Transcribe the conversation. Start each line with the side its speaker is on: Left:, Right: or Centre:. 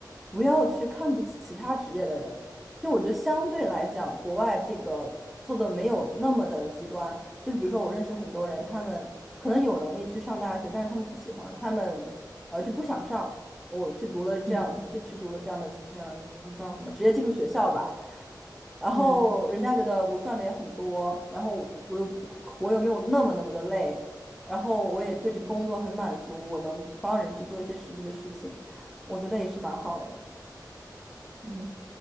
Centre: 不要去看不起其他职业的人。就我觉得相对来讲，国外这个做的没有那么的极端。就是比如说，我认识很多人，他们可能有能力去上大学，但是他们不喜欢，他们呃就不想上。我去读了这样，
Right: 嗯
Centre: 就去读了这样的这样我们叫什么职业技术学校吧。然后人家觉得我赚的也很多，
Right: 嗯
Centre: 然后我我又我又没有那么那么的累，然后我也对这工作很满足，
Right: 嗯
Centre: 我能帮人去做一些实际的事情，我觉得也是蛮好的。
Right: 嗯。